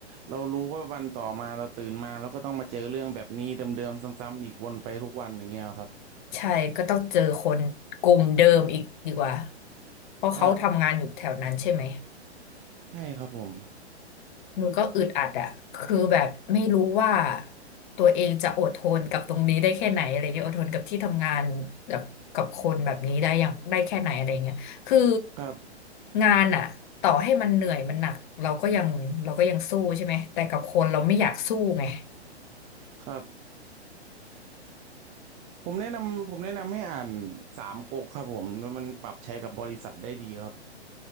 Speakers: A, on the right; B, on the left.
A: เรารู้ว่าวันต่อมาเราตื่นมาเราก็ต้องมาเจอเรื่องแบบนี้เดิมๆซ้ำๆอีกวนไปทุกวันอย่างเงี้ยครับ
B: ใช่ก็ต้องเจอคนกลุ่มเดิมอีกดีกว่าเพราะเขาทำงานอยู่แถวนั้นใช่ไหม
A: ครับใช่ครับผม
B: มันูก็อึดอัดอะคือแบบไม่รู้ว่าตัวเองจะอดทนกับตรงนี้ได้แค่ไหนอะไรเงี้ยอดทนกับที่ทำงานแบบกับคนแบบนี้ได้อย่างได้แค่ไหนอะไรเงี้ยคือ
A: ครับ
B: งานอะต่อให้มันเหนื่อยมันหนักเราก็ยังเราก็ยังสู้ใช่ไหมแต่กับคนเราไม่อยากสู้ไง
A: ครับผมแนะนำผมแนะนำให้อ่านสามก๊กครับผมแล้วมันปรับใช้กับบริษัทได้ดีครับ